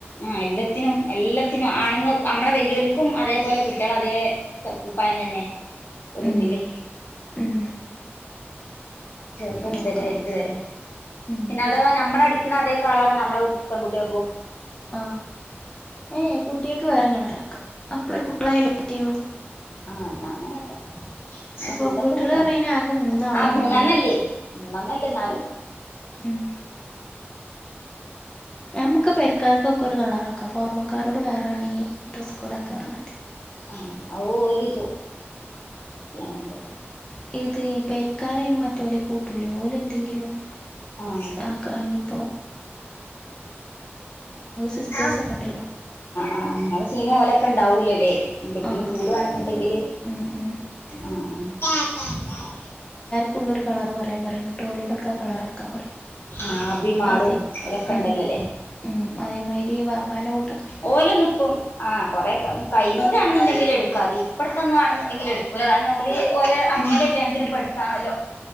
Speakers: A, on the left; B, on the left.
A: ആ എല്ലത്തിനും എല്ലത്തിനും ആണു ങ്ങാ നമ്മളെ വെല്ല്യയോൽക്കും അതേപോലെ കുട്ടിള അതേ കുപ്പായം തന്നെ ഒരുതില്
B: ഉം ഉം
A: ചെറുത് മുതൽ
B: നോക്കാം
A: വല്തു വരെ
B: ഉം
A: പിന്നെ അതവാ നമ്മളടു ക്കണ അതേ കളറന്ന നമ്മളെ പെങ്കുട്ടിയൊക്കും
B: ആഹ് ഏഹ് കുട്ടിയോക്ക് വേറെ കളറാക്ക അപ്പളേ കു <unintelligible>
A: ആഹ് ന്നാ അങ്ങനാക്കാ ന്നകൂട്ടത്ത്
B: പെൺകുട്ടികള്
A: കൂട്ട
B: പറഞ്ഞ് കഴിഞ്ഞാ ആകെ മൂന്നാളല്ലേ
A: ആഹ് മൂന്നെണ്ണില്ലേ
B: ഉള്ളൂ
A: മൂന്നെണ്ണല്ലേ എന്നാലും
B: ഉം ഞമ്മക്ക് പെരക്കാർക്കൊക്കെ ഒരു കളറാക്കാം പോർമ്മക്കാരോട് വേറെ ആണകി ഡ്രസ്സ് കോഡൊക്ക പറഞ്ഞാതി
A: ആഹ്‌ ഓല് <unintelligible>
B: ഏത് പെരക്കാരയിന് മറ്റോലേ കൂട്ടൂലോ ഓലെ ന്തെങ്കിലും
A: ആഹ്
B: ആക്കാഞ്ഞിപ്പോ സിസ്റ്റേഴ്സ്
A: ആഹ്
B: ഒക്കെ ഉണ്ടല്ലോ
A: ആഹ് സീനാ ഓലൊക്കെ ണ്ടാവു വുലല്ലേ ഇണ്ടെങ്കില്
B: ആഹ്
A: കൂടാണ്ന്ന്ണ്ടെങ്കില്
B: ഉം ഉം
A: ആഹ് ആഹ്.
B: ഫുള്ള് ഒരു കളർ പറയാം പറി. ഇങ്ങിട്ട് ഓലോടൊക്കെ ആ കളറാക്കാൻ പറയ്.
A: ആഹ് അഭിമാളും
B: അതെ
A: ഓലൊക്കെ
B: ഉം
A: ഉണ്ടല്ലോല്ലേ
B: ഉം അതേമാരി വാപ്പാന്റെ കു
A: ഓലൊന്നുംപ്പം ആ കൊറെക്കെ കഴി ഇങ്ങട്ടാന്നുണ്ടെങ്കില് എടുക്ക അതി ഇപ്പട്ത്തന്നാന്നുണ്ടെങ്കി എട്ക്കൂല. കാരണം ഓല് ഓല് അമ്മന്റെ
B: ഉം
A: കല്യാണത്തിന് പ്പ ത്താണല്ലോ.